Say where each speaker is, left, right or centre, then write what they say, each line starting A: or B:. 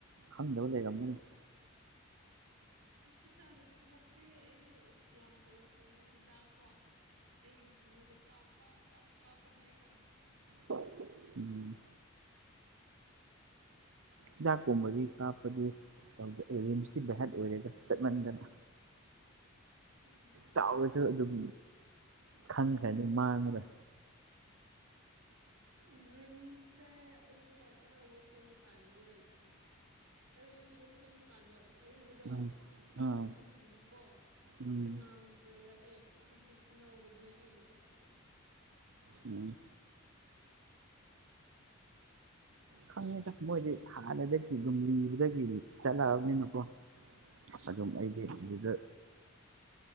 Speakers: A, on the right; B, on the right.
A: ꯈꯪꯗꯕ ꯂꯩꯔꯝꯃꯅꯤ
B: ꯍꯣꯁꯄꯤꯇꯥꯜꯒꯤ ꯊꯕꯛꯇꯤ ꯑꯩꯗꯤ ꯑꯁ ꯌꯥꯝ ꯇꯧꯔꯛꯄꯅꯦ ꯍꯤꯗꯥꯛꯐꯥꯎ ꯑꯩꯄꯨꯗ ꯀꯥꯞ ꯀꯥꯞ ꯀꯥꯞ ꯀꯥꯞꯄ ꯍꯥꯏꯔꯛꯑꯦ
A: <unintelligible> ꯎꯝ ꯍꯤꯗꯥꯛꯀꯨꯝꯕꯒꯤ ꯀꯥꯞꯄꯗꯤ ꯀꯪ ꯔꯤꯝꯁꯀꯤ ꯚꯍꯦꯠ ꯑꯣꯏꯔꯦꯗ ꯆꯠꯃꯟꯗꯅ
B: ꯎꯝ
A: ꯆꯥꯎꯔꯁꯨ ꯑꯗꯨꯝ ꯈꯟꯈ꯭ꯔꯅꯤ ꯃꯥꯡꯉꯒꯥ
B: ꯎꯝ ꯔꯤꯝꯁ ꯁꯦ ꯑꯩꯁꯦ ꯑꯅꯧꯕ ꯁꯦꯝꯕ ꯀꯥꯟꯗꯗꯤ ꯂꯩꯇ꯭ꯔꯦ ꯑꯔꯤꯕ ꯁꯦꯝꯕ ꯀꯥꯟꯗꯣ ꯑꯔꯤꯕꯗꯣ
A: ꯎꯝ
B: ꯍꯥꯟꯅꯒꯤ
A: ꯑꯥ
B: ꯑꯔꯤꯕꯗꯨꯗꯤꯀꯣ
A: ꯎꯝ
B: ꯐꯅꯌꯥꯝ ꯂꯩꯔꯛꯑꯦ ꯍꯥꯖꯤꯛ ꯑꯅꯧꯕꯗꯤ ꯑꯩ ꯂꯩꯔꯛꯇ꯭ꯔꯦ
A: ꯎꯝ ꯈꯪꯉꯦꯗ ꯃꯣꯏꯗꯤ ꯍꯥꯟꯅꯗꯒꯤ ꯑꯗꯨꯝ ꯂꯤꯕꯗꯒꯤ ꯆꯂꯛꯑ ꯕꯅꯤꯅꯀꯣ
B: ꯎꯝ
A: ꯑꯗꯨꯝ ꯑꯩꯗꯤ ꯑꯗꯨꯗ